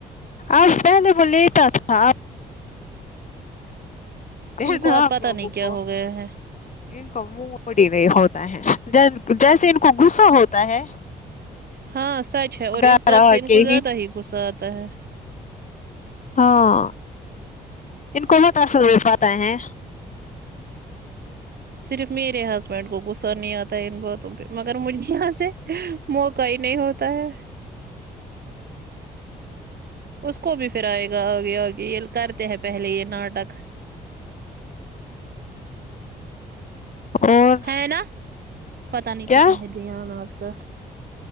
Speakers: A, on the left (about 35°); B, on the right (about 50°).
A: آج پہلے وہ لیتا تھا آپ رہنا
B: ان کو اب
A: اپ
B: پتہ
A: لوگوں
B: نہیں کیا
A: کو
B: ہو گیا ہے
A: ان کو موڈ ہی نہیں ہوتا ہے جیسے ان کو غصہ ہوتا ہے
B: ہاں سچ ہے اور
A: گھر
B: اس بات
A: آ
B: سے ان
A: کے
B: کو زیادہ ہی غصہ آتا ہے
A: ہاں ان کو بہت اصل ہو پاتا ہیں
B: صرف میرے ہسبینڈ کو غصہ نہیں آتا ان باتوں پہ مگر مجھے یہاں سے موقع ہی نہیں ہوتا ہے اس کو بھی پھر آئے گا آگے آگے یہ کرتے ہیں پہلے یہ ناٹک
A: اور
B: ہے نا پتا نہیں
A: کیا
B: کھا رہتے یہا وہا پے